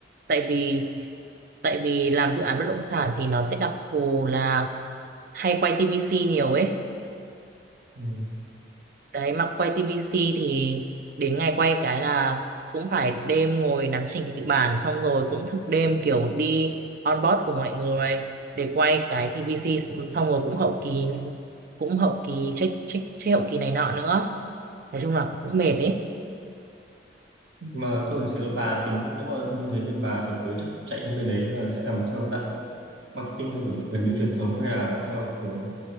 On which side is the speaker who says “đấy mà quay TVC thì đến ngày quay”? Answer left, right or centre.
Right